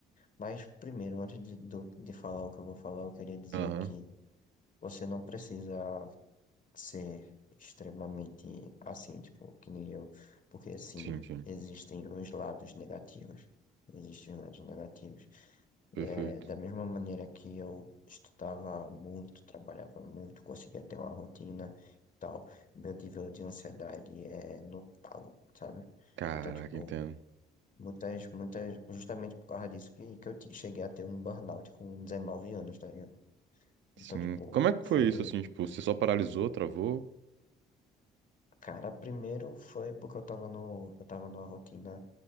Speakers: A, on the left; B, on the right.
A: Mas primeiro, antes de, do- de falar o que eu vou falar, eu queria dizer
B: Aham.
A: que você não precisa. ser extremamente assim, tipo, que nem eu, porque assim,
B: Sim, sim.
A: existem os lados negativos, existem os lados negativos.
B: Perfeito.
A: É, da mesma maneira que eu estudava muito, trabalhava muito, conseguia ter uma rotina e tal, meu nível de ansiedade é notável, sabe?
B: Caraca,
A: Então, tipo,
B: entendo.
A: muitas, muitas, justamente por causa disso que, que eu te- cheguei a ter um burnout com 19 anos, tá ligado? Então,
B: Sim.
A: tipo,
B: Como é que
A: foi.
B: foi isso, assim? Tipo, você só paralisou, travou?
A: Cara, primeiro foi porque eu tava no, eu tava numa rotina